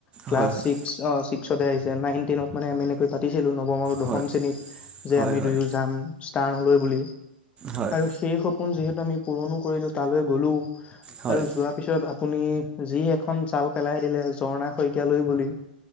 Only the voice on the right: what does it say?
হয় হয়
হয়
হয়
হয়
হয়
হয়
হয়